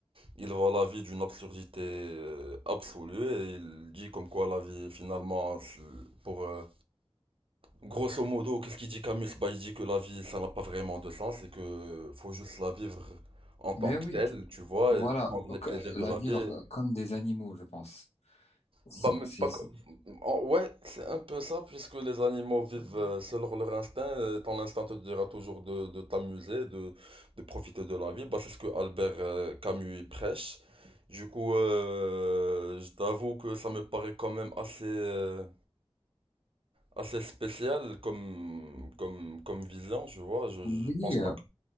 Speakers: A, on the right (about 60°); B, on the left (about 80°).
A: Il voit la vie d'une absurdité euh, absolue et il dit comme quoi la vie finalement, c'est- pour euh, grosso modo, qu'est-ce qu'il dit Camus Bah, Il dit que la vie ça n'a pas vraiment de sens et que faut juste la vivre en tant
B: Mais
A: que
B: oui,
A: telle, tu vois,
B: voilà,
A: et prendre
B: donc,
A: les plaisirs
B: euh, la
A: de la
B: vivre
A: vie.
B: comme des animaux, je pense. C'est,
A: Bah, mais
B: c'est-
A: pas co-
B: c'est-
A: en- Ouais, c'est un peu ça, puisque les animaux vivent euh, selon leur instinct. euh, Ton instinct te dira toujours de, de t'amuser, de, de profiter de la vie. Bah, c'est ce que Albert euh, Camus y prêche. Du coup, euh, je t'avoue que ça me paraît quand même assez, euh, assez spécial comme, comme, comme vision, tu vois. Je,
B: oui,
A: je pense pas
B: euh,
A: que,